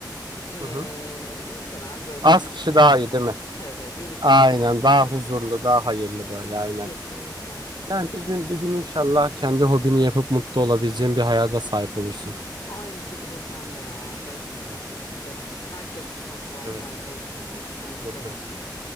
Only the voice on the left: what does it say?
Ee,
muhtemelen böyle
7
kişi
falan.
Evet evet 7 kişi
falan.
Kesinlikle.
Kesinlikle.
Aynı şekilde sen de ya. Gerçekten
çok isterim. Herkes hatta
sahip olsun bu ayrıcalığa.